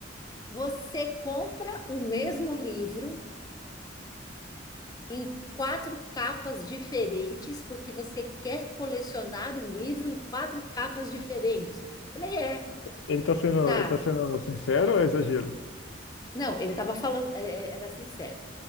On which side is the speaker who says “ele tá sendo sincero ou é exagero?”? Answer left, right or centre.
Left